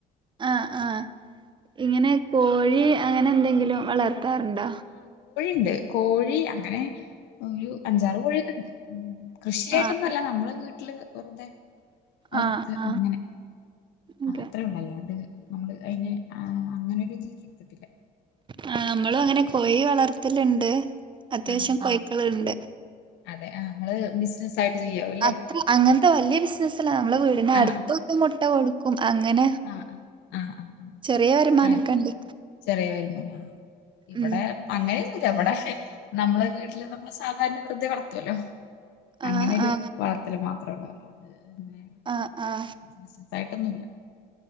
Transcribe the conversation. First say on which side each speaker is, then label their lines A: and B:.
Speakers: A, on the right (about 30°); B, on the left (about 85°).
A: ആഹ് ആഹ് ഇങ്ങനെ കോഴി അങ്ങനെ എന്തെങ്കിലും വളർ നടത്താറുണ്ടാ
B: ണ്ട് കോഴി അങ്ങനെ ഒരു അഞ്ചാറ് കോഴിയൊക്കെ ഉണ്ട് ഉം കൃഷിയായിട്ടൊന്നുംല്ല
A: ആഹ്
B: നമ്മള് വീട്ടില് വെറുതെ വളർത്ത്
A: ആഹ് ആഹ്
B: അങ്ങനെ
A: ഓക്കെ
B: അത്രേ ഉള്ള അല്ലാണ്ട് നമ്മള് അതിനെ അങ്ങനെ ഒരു രീതിക്ക് ഇടുത്തിട്ടില്ല
A: ആഹ് നമ്മളും അങ്ങനെ കോഴി വളർത്തലുണ്ട് അത്യാവശ്യം
B: ആഹ്
A: കൈ്ക്കളുണ്ട്
B: അതെ ആഹ് നിങ്ങള് ബിസിനസ് ആയിട്ട് ചെയ്യാവൂല്ലേ
A: അത്ര അങ്ങനത്തെ വലിയ ബിസിനസല്ല നമ്മളുടെ വീടി
B: ആഹ്
A: അടുത്തൊട്ടം
B: ആഹ്
A: മുട്ട കൊടുക്ക അങ്ങനെ
B: ആഹ് ആഹ് ആഹ്
A: ചെറിയ വരുമാനംക്കെ
B: ആഹ്
A: ഉണ്ട്
B: ചെറിയ വരുമാനം ആഹ് ഇവിടെ
A: ഉം
B: അങ്ങനെയൊന്നുമല്ല ഇവിടെ നമ്മള് വീട്ടില് നമ്മള് സാധാരണ വൃദ്ധെ വളത്തുവല്ലോ
A: ആ
B: അങ്ങനെരു
A: ആ
B: വളത്തില്ൽ മാത്രള്ള അത് പിന്നെ
A: ആഹ് ആഹ്
B: ബിസിനസ് ആയിട്ടൊന്നുമില്ല